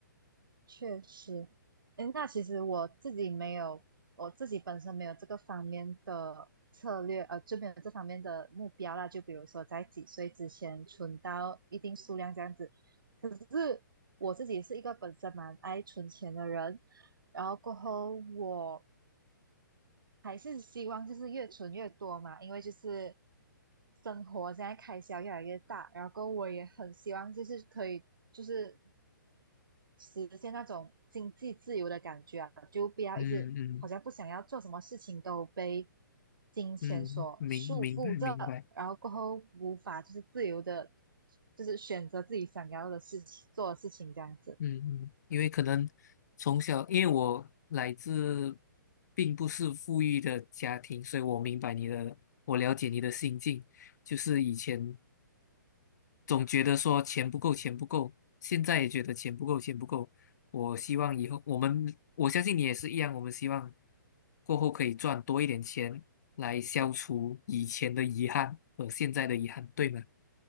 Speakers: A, on the right; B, on the left.
A: 确实，诶，那其实我自己没有，我自己本身没有这个方面的策略，呃，就没有这方面的目标啦。就比如说在几岁之前存到一定数量这样子。可是我自己是一个本身蛮爱存钱的人，然后过后我还是希望就是越存越多嘛，因为就是生活现在开销越来越大，然后过后我也很希望就是可以就是。实现那种经济自由的感觉啊，就不要一直好像不想要做什么事情都被
B: 嗯嗯
A: 金钱所束缚着，
B: 嗯，明明白明白。
A: 然后过后无法就是自由的，就是选择自己想要的事情做的事情这样子。
B: 嗯嗯，因为可能从小，因为我来自并不是富裕的家庭，所以我明白你的，我了解你的心境，就是以前总觉得说钱不够，钱不够，现在也觉得钱不够，钱不够。我希望以后我们，我相信你也是一样，我们希望过后可以赚多一点钱，来消除以前的遗憾和现在的遗憾，对吗？